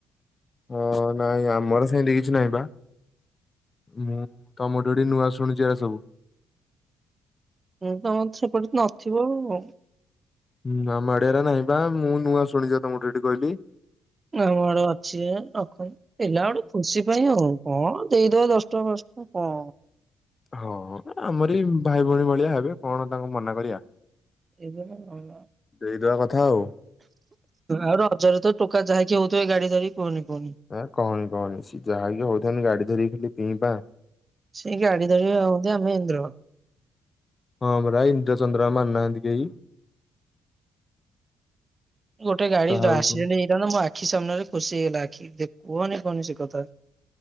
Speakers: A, on the left; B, on the right.
A: ହଁ ନାଇଁ ଆମର ସେମତି କିଛି ନାହିଁ ବା। ମୁଁ ତମଠୁଠି ନୂଆ ଶୁଣିଛି ଏରା ସବୁ।
B: ହୁଁ ତମ ତ ସେପଟେ ନଥିବ ଆଉ।
A: ହୁଁ ଆମ ଆଡେ ଏରା ନାହିଁ ବା ମୁଁ ନୂଆ ଶୁଣିଛି ତମକୁ ଏଠି କହିଲି।
B: ଆମ ଆଡେ ଅଛି ରଖନ୍ତୁ ପିଲା ଗୋଟେ ଖୁସି ପାଇଁ ଆଉ କଣ ଦେଇଦବା ଦଶଟଙ୍କା ପାଞ୍ଚ କଁ
A: ହଁ ଆମରି ଭାଇ ଭଉଣୀ ଭଳିଆ ହେବେ କଣ ତାଙ୍କୁ ମନା କରିବା।
B: ଏଇଟା ତ ଭଲ।
A: ଦେଇଦବା କଥା ଆଉ।
B: ଆଉ ରଜରେ ତ ଟୋକା ଯାହାକି ହଉଥିବେ ଗାଡି ଧରି କୁହନି କୁହନି।
A: ଆ କହନି କହନି ସିଏ ଯାହାକି ହଉଥାନ୍ତି ଗାଡି ଧରିକି ଖାଲି ପି ପା
B: ସେଇି ଗାଡି ଧରି ହଉନ୍ତି ଆମେଇନ୍ଦ୍ର।
A: ହଁ ପରା ଇନ୍ଦ୍ର ଚନ୍ଦ୍ର ମାନୁନାହାନ୍ତି କେହି।
B: ଗୋଟେ ଗାଡି
A: କାହା
B: ତ ଆସିରେଣ୍ଟ
A: ଉପରୁ।
B: ଜଣ ମୋ ଆଖି ସାମ୍ନାରେ ଖୁସି ହେଇଗଲା ଆଖି ଦେଖ କୁହନି କୁହନି ସେ କଥା।